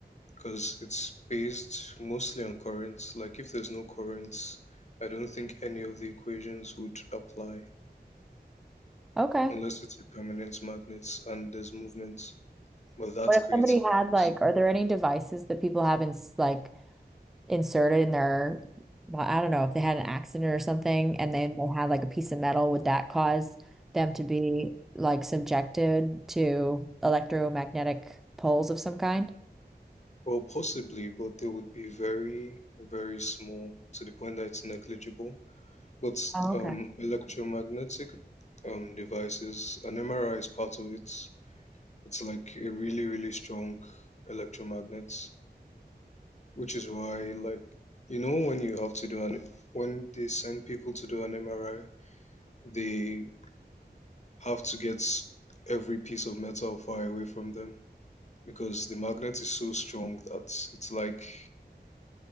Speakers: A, on the left; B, in the centre.
A: because it's based mostly on currents. Like if there's no currents, I don't think any of the equations would apply
B: Okay.
A: unless it's a permanent magnet and there's movement. But that
B: What if
A: creates
B: somebody
A: currents.
B: had like, are there any devices that people have in s- like inserted in their, well, I don't know if they had an accident or something, and then they had like a piece of metal, would that cause them to be like subjected to electromagnetic poles of some kind?
A: Well, possibly, but they would be very, very small to the point that it's negligible. But
B: Oh, okay.
A: um, electromagnetic um, devices, an MRI is part of it. It's like a really, really strong electromagnet, which is why, like, you know, when you have to do an, when they send people to do an MRI, they have to get every piece of metal far away from them because the magnet is so strong that it's like,